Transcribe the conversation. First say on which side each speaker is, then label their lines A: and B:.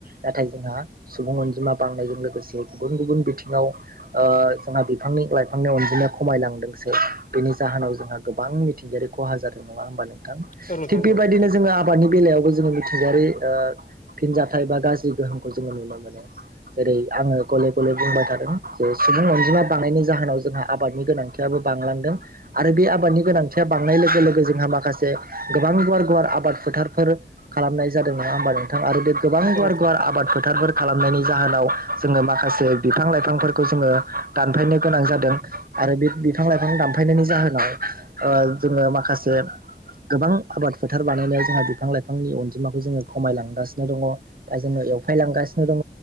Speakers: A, on the right (about 55°); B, on the left (about 50°).
A: नाथाय जोंहा सुबुं अनजिमा बांनायजों लोगोसे गुबुन गुबुन बिथिङाव ओ जोंहा बिफांनि लाइफांनि अनजिमाया खमायलांदोंसो बेनि जाहोनाव जोंहा गोबां मिथिंगायारि खहा जादों नङा होनबा नोंथां
B: औ नोंथां
A: थिग बेबायदिनो
B: औ
A: जोङो आबादनि बेलायावबो जोङो मिथिंगायारि ओ फिनजथायाइ बा गाज्रि गोहोमखौ जोङो नुनो मोनो जेरै आङो गले गले बुंबाय थादों जे सुबुं अनजिमा बानायनायनि जाहोनाव जोंहा आबादनि गोनांथि आबो बांलांदों। आरो बे आबादनि गोनांथिया बांनाय लोगो लोगो जोंहा माखासे गोबां गुवार-गुवार आबाद फोथारफोर खालामनाय जादों नङा होमबा नोंथां आरो बे गोबां गुवार
B: नोंथां औ नोंथां
A: गुवार आबाद फोथारफोर खालामनायनि जाहोनाव जोङो माखासे बिफां लाइफांफोरखौ जोङो दानफायनो गोनां जादों। आरो बे बिफां-लाइफां दानफायनायनि जाहोनाव ओ जोङो माखासे गोबां आबाद फोथार बानायनायाव जोंहा बिफां लाइफांनि अनजिमाखौ जोङो खमायलांगासिनो दङ। बा जोङो एवफायलांगासिनो दङ